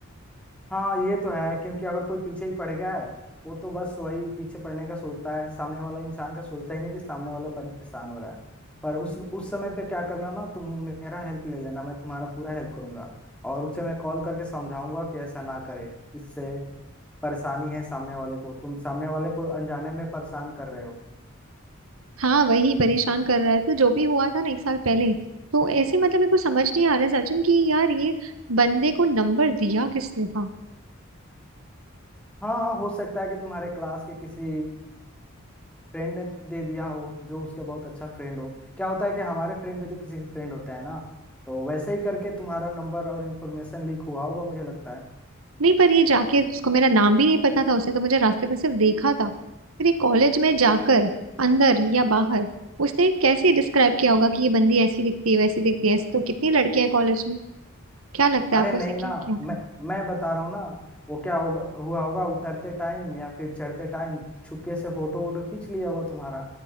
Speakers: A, in the centre; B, on the right.
A: हाँ ये तो है क्योंकि अगर कोई पीछे ही पड़ गया है वो तो बस वही पीछे पड़ने का सोचता है सामने वाला इंसान का सोचता ही नहीं कि सामने वाला परेशान हो रहा है पर उस उस समय पे क्या करना ना तुम मेरा हेल्प ले लेना मैं तुम्हारा पूरा हेल्प करूंगा और उसे मैं कॉल करके समझाऊंगा कि ऐसा ना करे इससे परेशानी है सामने वाले को तुम सामने वाले को अनजाने में परेशान कर रहे हो
B: हाँ वही परेशान कर रहा है तो जो भी हुआ था ना एक साल पहले तो ऐसे मतलब मेरे को समझ नहीं आ रहा है सचिन कि यार ये बंदे को नंबर दिया किसने था
A: हाँ हो सकता है कि तुम्हारे क्लास के किसी फ्रेंड ने दे दिया हो जो उसके बहुत अच्छा फ्रेंड हो क्या होता है कि हमारे फ्रेंड भी तो किसी के फ्रेंड होते हैं ना तो वैसे ही करके तुम्हारा नंबर और इन्फॉर्मेशन लीक हुआ होगा मुझे लगता है
B: नहीं पर ये जाके उसको मेरा नाम भी नहीं पता था उसने तो मुझे रास्ते पर सिर्फ देखा था फिर ये कॉलेज में जाकर अंदर या बाहर उसने कैसे डिस्क्राइब किया होगा कि ये बंदी ऐसी दिखती है वैसी दिखती है ऐसे तो कितनी लड़कियां हैं कॉलेज में क्या लगता
A: अरे
B: है आपको
A: नहीं
B: उसने क्या
A: ना
B: किया था
A: मैं मैं बता रहा हूँ ना वो क्या होगा हुआ होगा उतरते टाइम या फिर चढ़ते टाइम छुपके से फोटो वोटो खींच लिया होगा तुम्हारा